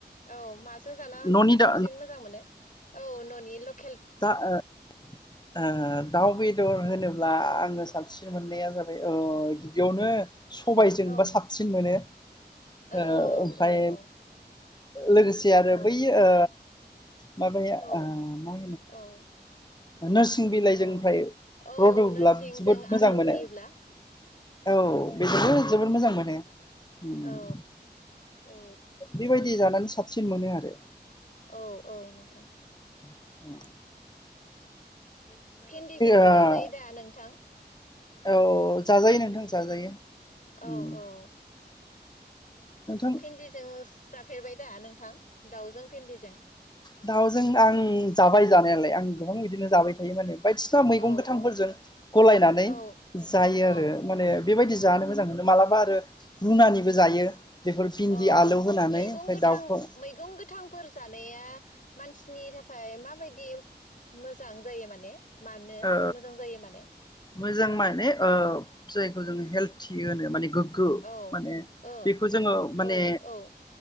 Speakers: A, on the left; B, on the left.
A: औ माजों जानाह
B: न'नि
A: साबसिन
B: दा
A: मोजां मोनो औ ननि ल
B: दा ओ ओ दाउ बेदर
A: औ
B: होनोब्ला आङो स साबसिन मोननाया जाबाय ओ गिबियावनो सबायजोंबा
A: औ
B: साबसिन मोनो ओ
A: औ औ
B: ओमफ्राय
A: औ औ
B: लोगोसे आरो
A: औ
B: बैयो ओ <inaudible> माबाया
A: औ
B: ओ माहो
A: औ
B: नोरसिं बिलाइजोंफ्रायो
A: औ औ
B: रूदब्लाब
A: नोरसिंजों
B: जोबोद मोजां
A: आलु
B: मोनो
A: होयोब्ला
B: औ बेदोबो जोबोद मोजां मोनो ।
A: औ औ
B: बेबायदि जानानै साबसिन मोनो आरो।
A: औ औ नोंथां।
B: ओमह
A: भेन्दिजोंबो
B: ओ
A: जाजायो दा नोंथां।
B: औ जाजायो नोंथां जाजायो। उम
A: औ औ।
B: नोंथां
A: भेन्दिजोंस जाफेरबाय दा नोंथां दाउजों भेन्दिजों।
B: दाउजों आं जाबाय जानायालाय आं गोबां बिदिनो जाबाय थायो माने बायदिसिना मैगं
A: औ
B: गोथांफोरजों
A: औ
B: गलायनानै
A: औ
B: जायो
A: औ
B: आरो माने बेबायदि जानो मोजां मोनो मालाबा आरो रुनानैबो जायो बेफोर भिन्दि
A: अ
B: आलौ होनानै
A: मैगं
B: ओमफ्राय
A: गोथां
B: दाउखौ
A: मैगं गोथांफोर जानाया मानसिनि थाखाय खाय माबायदि मोजां जायो माने मानो
B: ओ
A: मोजां जायो माने
B: मोजां माने ओ जाय खौ जोङो हेल्टि होनो माने गो गो
A: औ
B: माने
A: ओ
B: बेखौ जोङो माने
A: औ औ